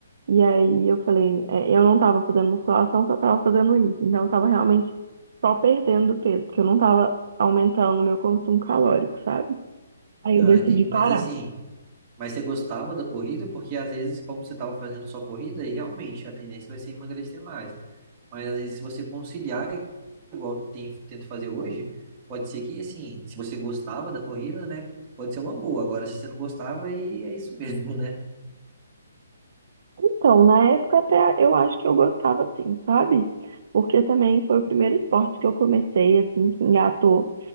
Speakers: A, on the right; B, on the right.
A: E aí, eu falei, é, eu não estava fazendo musculação, só estava fazendo isso. Então, eu estava realmente só perdendo peso, porque eu não estava aumentando o meu consumo calórico, sabe? Aí,
B: Ah,
A: eu decidi
B: entendi.
A: parar.
B: Mas assim, Mas você gostava da corrida? Porque às vezes, como você estava fazendo só corrida, aí realmente a tendência vai ser emagrecer mais. Mas às vezes, se você conciliar, igual eu ten- tento fazer hoje, pode ser que, assim, se você gostava da corrida, né? Pode ser uma boa. Agora, se você não gostava, aí é isso <laughs> mesmo, né?
A: Então, na época até eu acho que eu gostava assim, sabe? Porque também foi o primeiro esporte que eu comecei, assim, que engatou.